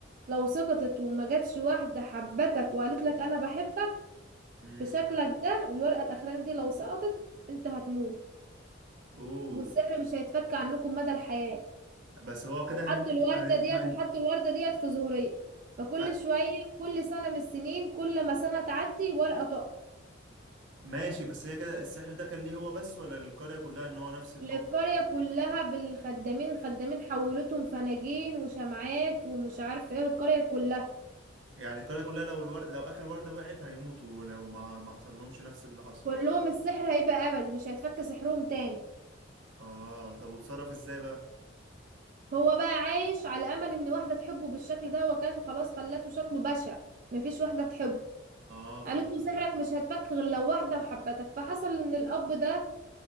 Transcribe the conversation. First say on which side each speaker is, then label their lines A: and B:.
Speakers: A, on the right; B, on the right.
A: لو سقطت وما جاتش واحدة حبتك وقالت لك انا بحبك
B: مم.
A: بشكلك ده الورقة الاخرانية دي لو سقطت انت هتموت
B: اوه
A: والسحر مش هيتفك عنكم مدى الحياة
B: بس هو كده
A: وحط
B: هيموت
A: الوردة
B: هي...
A: ديت وحط
B: هي...
A: الوردة ديت في زهرية فكل
B: هي...
A: شوية كل سنة من السنين كل ما سنة تعدي ورقة تقع
B: ماشي بس هي كده السحر ده كان ليه هو بس ولا القرية كلها ان هو نفس الموقف
A: القرية كلها بالخدامين خدامين حولتهم فناجين وشمعات ومش عارف ايه القرية كلها
B: يعني القرية كلها لو الورد لو اخر وردة وقعت هيموتوا لو ما ما حصل لهمش نفس اللي حصل
A: قول لهم السحر هيبقى أبدي مش هيتفك سحرهم تاني
B: اه طب وتصرف ازاي بقى
A: هو بقى عايش على أمل إن واحدة تحبه بالشكل ده وكان خلاص خلته شكله بشع مفيش واحدة تحبه
B: اه
A: قالت
B: فاهم
A: له سحرك مش هيتفك غير لو واحدة وحبتك فحصل إن الأب ده